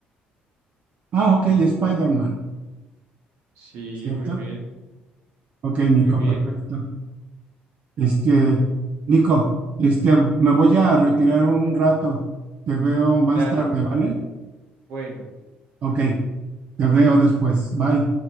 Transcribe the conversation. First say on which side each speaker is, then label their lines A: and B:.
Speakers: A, on the right; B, on the right.
A: Ah, ok, Spider-Man,
B: Sí,
A: ¿cierto?
B: muy bien,
A: Ok, Nico,
B: muy bien.
A: perfecto. Este, Nico, este, me voy a retirar un rato. Te veo más
B: Dale,
A: tarde, ¿vale?
B: bueno.
A: Ok, te veo después. Bye.